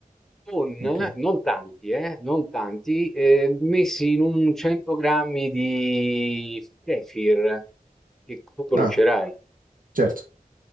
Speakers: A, in the centre; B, on the right (about 70°).
A: Con
B: Ok.
A: non tanti, eh, non tanti, ehm, messi in un 100 grammi di kefir, che tu conoscerai.
B: Ah, certo.